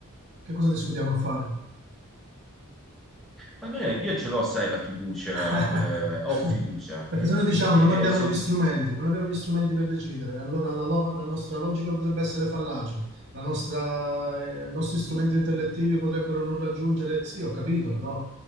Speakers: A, on the right; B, in the centre.
A: Che cosa discutiamo a fare?
B: Ma noi- io ce l'ho, sai, la fiducia,
A: <laughs>
B: eh, ho fiducia.
A: Perché se noi diciamo
B: Eh,
A: non abbiamo
B: sol-
A: gli strumenti, non abbiamo gli strumenti per decidere, allora la, lo- la nostra logica potrebbe essere fallace, la nostra- eh, i nostri strumenti intellettivi potrebbero non raggiungere. Sì, ho capito, però